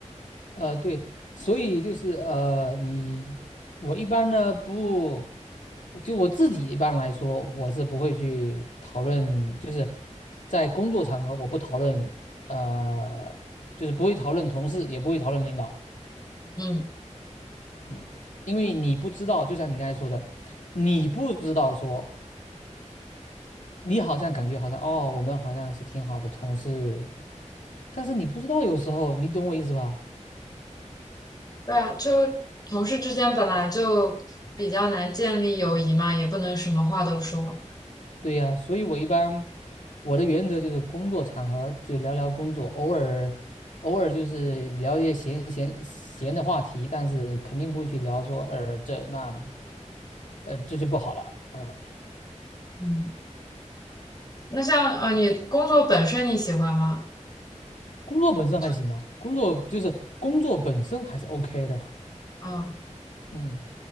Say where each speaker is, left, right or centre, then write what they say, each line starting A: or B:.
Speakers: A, on the left; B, on the left.
A: 呃，对，所以就是呃，你我一般呢不，就我自己一般来说，我是不会去讨论，就是在工作场合我不讨论，呃，就是不会讨论同事，也不会讨论领导，
B: 嗯，
A: 嗯，因为你不知道，就像你刚才说的，你不知道说你好像感觉好像哦，我们好像是挺好的同事，但是你不知道有时候，你懂我意思吧？
B: 对啊，就同事之间本来就比较难建立友谊嘛，也不能什么话都说。
A: 对呀，所以我一般。我的原则就是工作场合就聊聊工作，偶尔偶尔就是聊一些闲闲闲的话题，但是肯定不会去聊说，呃，这那呃这就不好了。嗯、
B: 嗯，那像呃，你工作本身你喜欢吗？
A: 工作本身还行啊，
B: 就
A: 工作就是工作本身还是 OK 的。
B: 啊、
A: 嗯。